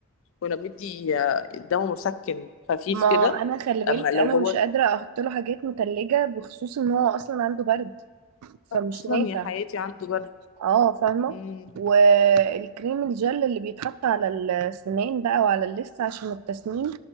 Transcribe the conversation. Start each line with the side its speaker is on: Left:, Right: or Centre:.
Left: كنا بندي دواء مسكن خفيف
Right: ما
Left: كده
Right: انا خلي بالك
Left: اما لو
Right: انا
Left: هو
Right: مش قادره احط له حاجات متلجه بخصوص ان هو اصلا عنده برد فمش
Left: اصلا
Right: نافع
Left: يا حياتي عنده جرح
Right: اه فاهمة
Left: مم.
Right: والكريم الجل اللي بيتحط على السنان بقى وعلى اللثة عشان التسنين